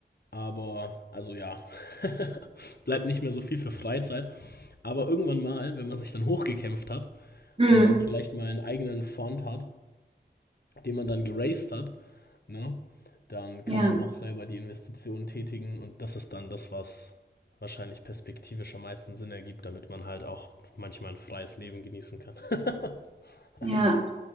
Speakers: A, on the left; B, on the right.
A: Aber, also ja, <laughs> bleibt nicht mehr so viel für Freizeit. Aber irgendwann mal, wenn man sich dann hochgekämpft hat
B: Hm.
A: und dann
B: Hm.
A: vielleicht mal einen eigenen Fund hat, den man dann geraced hat, ne? Dann kann
B: Ja,
A: man auch selber die Investitionen tätigen und das ist dann das, was wahrscheinlich perspektivisch am meisten Sinn ergibt, damit man halt auch manchmal ein freies Leben genießen kann. <laughs> Also,
B: ja.